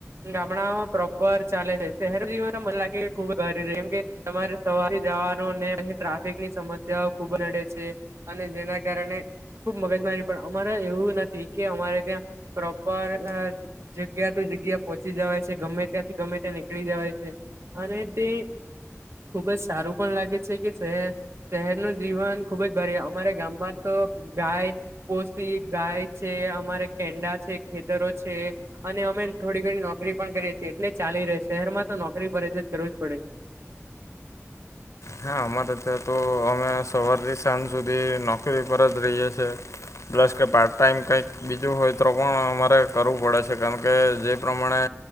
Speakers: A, on the right; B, on the left.
A: ગામડામાં પ્રોપર ચાલે છે શહેર જીવન મને લાગે ખુબ જ સારીમ કે તમારે સવારથી જવા લોન લઈ ટ્રાફિક ની સમસ્યાઓ ખુબ નડે છે અને જેના કારણે ખુબ મગજ મારી પણ અમારે એવું નથી કે અમારે ત્યાં પ્રોપર અ જગ્યા તો જગ્યા પહોંચી જવાય છે ગમે ત્યાંથી ગમે ત્યાં નીકળી જવાય છે. અને તે ખુબ જ સારું પણ લાગે છે કે છે. શહેરનું જીવન ખુબ જ ભારે અમારા ગામમાં તો ગાય કોશતી ગાય છે અમારે કેંડા છે ખેતરો છે અને અમે થોડી ઘણી નોકરી પણ કરીએ છીએ એટલે ચાલી રહે શહેરમાં તો નોકરી પરે છે કરવું જ પડે
B: હા અમારે ત્યાં તો અમે સવારથી સાંજ સુધી નોકરી પર જ રહીએ છે પ્લસ કે પાર્ટ ટાઈમ કઈક બીજું હોય તો પણ અમારે કરવું પડે છે કારણ કે જે પ્રમાણે